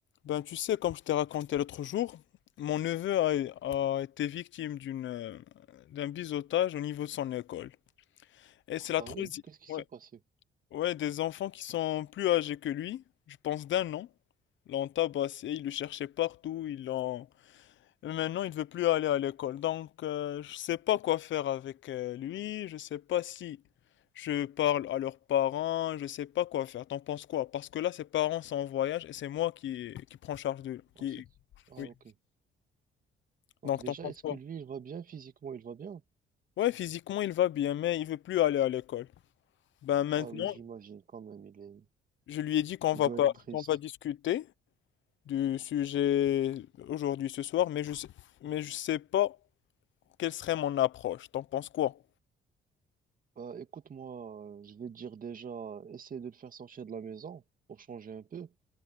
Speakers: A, on the left (about 70°); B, on the right (about 45°).
A: Ben, tu sais, comme je t'ai raconté l'autre jour, mon neveu a, a été victime d'une, euh, d'un biseautage au niveau de son école. Et c'est la
B: Ah
A: troisième.
B: oui? Qu'est-ce qui s'est
A: Ouais,
B: passé?
A: ouais, des enfants qui sont plus âgés que lui, je pense d'un an, l'ont tabassé, ils le cherchaient partout, ils l'ont. Maintenant, il ne veut plus aller à l'école, donc euh, je ne sais pas quoi faire avec euh, lui, je ne sais pas si je parle à leurs parents, je ne sais pas quoi faire. T'en penses quoi? Parce que là, ses parents sont en voyage et c'est moi qui qui prends charge de qui.
B: Ah, c'est- ah,
A: Oui.
B: ok. Donc
A: Donc
B: déjà,
A: t'en penses
B: est-ce
A: quoi?
B: que lui, il va bien physiquement? Il va bien?
A: Ouais, physiquement il va bien, mais il veut plus aller à l'école. Ben maintenant,
B: Ah oui, j'imagine quand même, il est...
A: je lui ai dit qu'on
B: il
A: va
B: doit
A: pas,
B: être triste.
A: qu'on va discuter du sujet aujourd'hui ce soir, mais je sais, mais je sais pas quelle serait mon approche. T'en penses quoi?
B: Bah, écoute-moi, euh, je vais te dire déjà, essaye de le faire sortir de la maison pour changer un peu,